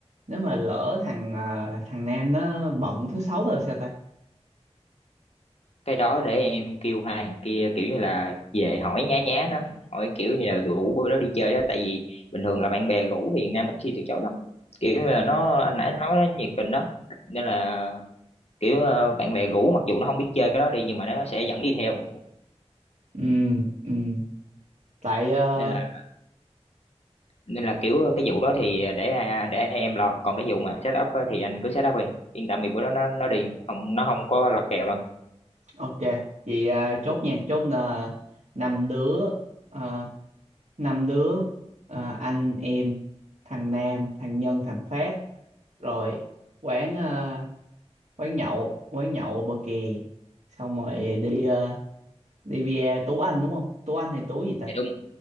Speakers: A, on the right (about 85°); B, on the left (about 65°).
A: nếu mà lỡ thằng ờ, thằng Nam nó bận thứ sáu rồi sao ta
B: cái đó để em kêu hai thằng kia kiểu như là về hỏi nhá nhá nó hỏi kiểu như là rủ bữa đó đi chơi á tại vì bình thường là bạn bè rủ thì Nam ít khi từ chối lắm kiểu như là nó anh nãy nói nó nhiệt tình đó nên là kiểu ờ, bạn bè rủ mặc dù nó không biết chơi cái đó đi nhưng mà nó sẽ dẫn đi theo
A: ừ ừ tại ờ,
B: nên là nên là kiểu cái vụ đó thì để ai- để em lo còn cái vụ mà set up á thì anh cứ set up đi yên tâm vì bữa đó nó nó đi không nó không có lật kèo đâu
A: ok vậy à, chốt nha chốt là năm đứa à, năm đứa à, anh em thằng Nam thằng Nhân thằng Phát rồi quán à, quán nhậu quán nhậu bờ kè xong rồi đi à, đi bia Tú Anh đúng không Tú Anh hay Tú gì ta
B: dạ đúng